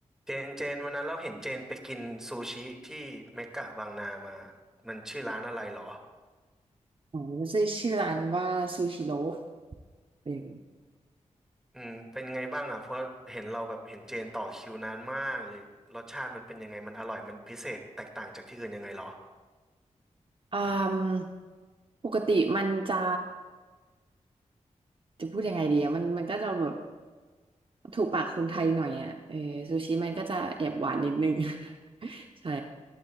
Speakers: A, in the centre; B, on the right.
A: เจนเจนวันนั้นเราเห็นเจนไปกินซูชิที่เมกะบางนามามันชื่อร้านอะไรหรอ
B: โอันใช่ชื่อร้านว่าซูชิโร่เออ
A: อืมเป็นไงบ้างอ่ะเพราะเห็นเราแบบเห็นเจนต่อคิวนานมากเลยรสชาติมันเป็นยังไงมันอร่อยมันพิเศษแตกต่างจากที่อื่นยังไงหรอ
B: อืมปกติมันจะจะพูดยังไงดีอะมันมันก็จะแบบถูกปากคนไทยหน่อยอ่ะเออซูชิมันก็จะแอบหวานนิดนึง <laughs> ใช่